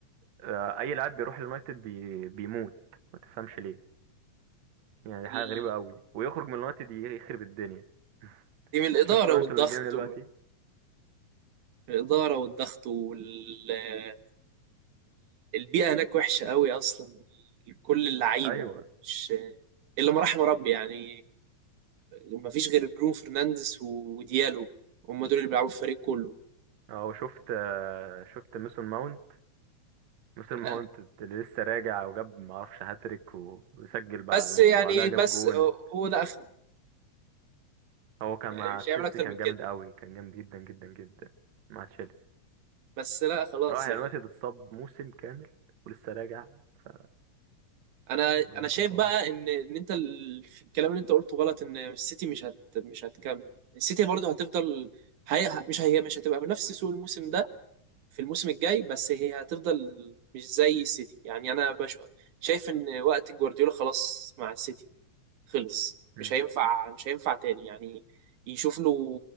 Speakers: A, on the right; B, on the right.
A: آه، اي لاعب بيروح اليونايتد بي... بيموت ما تفهمش ليه يعني دي حاجه
B: ال-
A: غريبه قوي ويخرج من اليونايتد يخرب الدنيا <laughs>
B: دي من الاداره
A: شفت انتوا
B: والضغط
A: اللي بيعمل إيه دلوقتي
B: و... الإدارة والضغط والبيئة هناك وحشة قوي أصلا كل اللعيبة
A: ايوه
B: مش إلا ما رحم ربي يعني مفيش غير برونو فرنانديز وديالو هم دول اللي بيلعبوا في الفريق كله
A: اه وشفت آه، شفت ميسون ماونت ميسون
B: يعني
A: ماونت اللي لسه راجع وجاب معرفش هاتريك و- وسجل بقى
B: بس
A: الماتش
B: يعني
A: اللي بعدها جاب
B: بس
A: جون
B: هو ده اخره
A: هو كان
B: يعني
A: مع
B: مش
A: تشيلسي
B: هيعمل اكتر
A: كان
B: من
A: جامد
B: كده
A: قوي كان جامد جدا جدا جدا مع تشيلسي
B: بس لا خلاص
A: راح اليونايتد
B: يعني
A: اتصاب موسم كامل ولسه راجع ف
B: انا
A: الله
B: انا
A: يكون
B: شايف
A: في
B: بقى
A: عونه
B: ان ان انت ال- في الكلام اللي انت قلته غلط ان السيتي مش هت مش هتكمل السيتي برضه هتفضل هي مش هي مش هتبقى بنفس سوق الموسم ده في الموسم الجاي بس هي هتفضل مش زي السيتي يعني انا بش... شايف ان وقت جوارديولا خلاص مع السيتي خلص
A: مم.
B: مش هينفع مش هينفع تاني يعني يشوف له